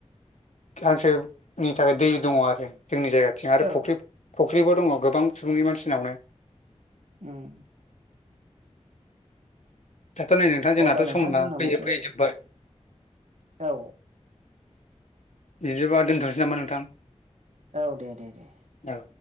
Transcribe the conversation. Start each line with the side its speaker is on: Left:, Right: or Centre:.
Left: हांसोनि थाखाय दै दङ आरो जोंनि जायगाथिं आरो
Right: औ
Left: फुख्रि फख्रिबो दङ गोबां सुबुंनि मानसिनावनो
Right: ओम।
Left: दाथ' नै नोंथां जोंनाथ'
Right: अब्ला नोंथां
Left: समना
Right: जोंना
Left: फैयै
Right: माथो
Left: फैयै जोबबाय
Right: औ
Left: बिदिबा दोनथ'नोसै नामा नोंथां
Right: औ दे दे दे
Left: औ